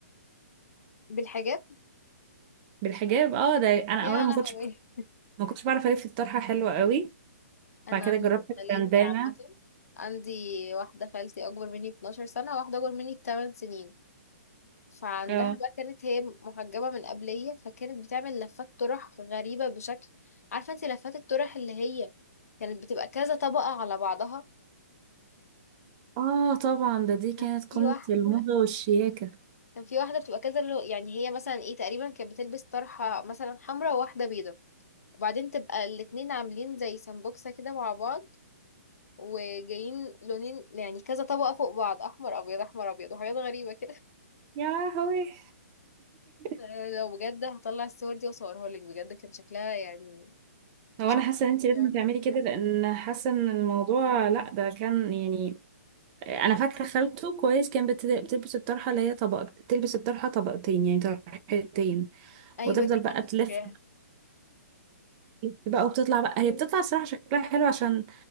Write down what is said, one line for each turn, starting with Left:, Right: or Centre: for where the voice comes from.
Left: بالحجاب
Right: بالحجاب اه ده انا
Left: يا
Right: اولا ما
Left: لهوي
Right: كنتش ما كنتش بعرف الف الطرحة حلوة قوي
Left: أنا
Right: بعد كده جربت
Left: عندي خالاتي
Right: البندانة
Left: عامة عندي واحدة خالتي أكبر مني ب 12 سنة واحدة أكبر مني ب 8 سنين فعندها
Right: اه
Left: بقى كانت هي محجبة من قبلية فكانت بتعمل لفات طرح غريبة بشكل عارفة انت لفات الطرح اللي هي كانت بتبقى كذا طبقة على بعضها
Right: اه طبعا ده دي كانت
Left: كان في
Right: قمة
Left: واحدة
Right: الموضة والشياكة
Left: كان في واحدة بتبقى كذا لو يعني هي مثلا ايه تقريبا كانت بتلبس طرحة مثلا حمراء وواحدة بيضة وبعدين تبقى الاتنين عاملين زي سمبوكسة كده مع بعض وجايين لونين يعني كذا طبقة فوق بعض أحمر أبيض أحمر أبيض وحاجات غريبة كده
Right: يا لهوي
Left: <laughs>
Right: <laughs>
Left: لو بجد هطلع الصور دي وأصورها لك بجد كان شكلها يعني
Right: هو
Left: مش
Right: انا
Left: عارفة
Right: حاسه ان انت لازم تعملي كده لان حاسه ان الموضوع لا ده كان يعني انا فاكره خالته كويس كان بت- بتلبس الطرحه اللي هي طبق تلبس الطرحه طبقتين يعني طرحتين
Left: ايوه
Right: وتفضل
Left: دي
Right: بقى
Left: برضه
Right: تلف
Left: فكرة
Right: تلف بقى وبتطلع بقى هي بتطلع الصراحه شكلها حلو عشان